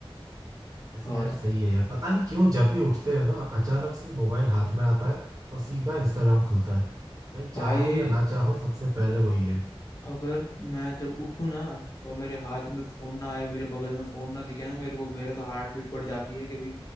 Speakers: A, on the right; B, on the left.
A: ऐसे
B: और
A: यार सही है यार पता नहीं क्यों जब भी उठते हैं ना अचानक से मोबाइल हाथ में आता है और सीधा इंस्टाग्राम खुलता है भाई चाहो
B: भाई
A: या ना चाहो सबसे पहले वही है
B: अगर मैं जब उठूँ ना और मेरे हाथ में फोन ना आए मेरे बगल में फोन ना दिखे ना मेरे को मेरा तो हार्ट बीट बढ़ जाती है कि भाई